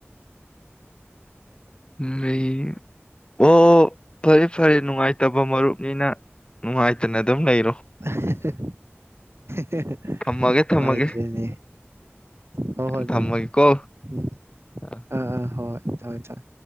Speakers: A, on the left (about 20°); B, on the right (about 65°).
A: ꯎꯝ ꯂꯩꯌꯦ ꯑꯣ ꯐꯔꯦ ꯐꯔꯦ ꯅꯨꯡꯉꯥꯏꯇꯕ ꯃꯔꯨꯞꯅꯤꯅ ꯅꯨꯡꯉꯥꯏꯇꯅ ꯑꯗꯨꯝ ꯂꯩꯔꯣ
B: ꯑ ꯍꯦꯍꯦ ꯍꯦ
A: ꯊꯝꯃꯒꯦ ꯊꯝꯃꯒꯦ
B: ꯂꯥꯏꯇ꯭ꯔꯦꯅꯦ ꯍꯣꯏ ꯍꯣꯏ
A: ꯊꯝꯃꯒꯦꯀꯣ
B: ꯚꯥꯏ ꯎꯝ
A: ꯑ
B: ꯑꯥ ꯑꯥ ꯍꯣꯏ ꯊꯣꯏ ꯊꯣꯏ